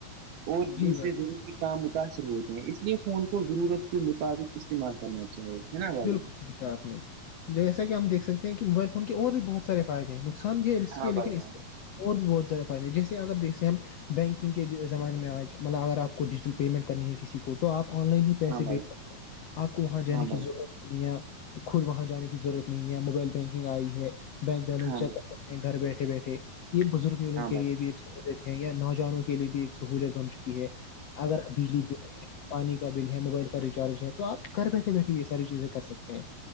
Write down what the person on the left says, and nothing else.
جی
بھائی۔
بالکل
صحیحا آپ نے جیسا کہ ہم دیک سکتے ہیں کہ موبائل فون کے اور بھی بہت سارے فائد ہیں نقصان بھی ہے اس
کے لیکن
اس
کے اور بھی بہت زیادہ فائدے جیسے اگر دیکھتے ہم بینکنگ کے زمانے میں آج مطلب اگر آپ کو ڈیجیٹل پیمنٹ کرنی ہے کسی کو تو آپ آن لائن ہی پیسے
بھیج
سکتے ہیں آپ کو وہاں جانے
کی ضرورت خود وہاں جانے کی ضرورت نہیں ہے موبائل بینکنگ آئی ہے بینک بیلنس
چیک
گھر بیٹھے بیٹھے یہ بزرگ ہیں
انوں
کے
لیے بھی ایک ہیں یا نوجوانوں کے لیے بھی ایک سہولت بن چکی ہے اگر بجلی ب پانی کا بل ہے موبائل کا ریچارج ہے تو آپ گھر بیٹھے بیٹھے یہ ساری چیزیں کر سکتے ہیں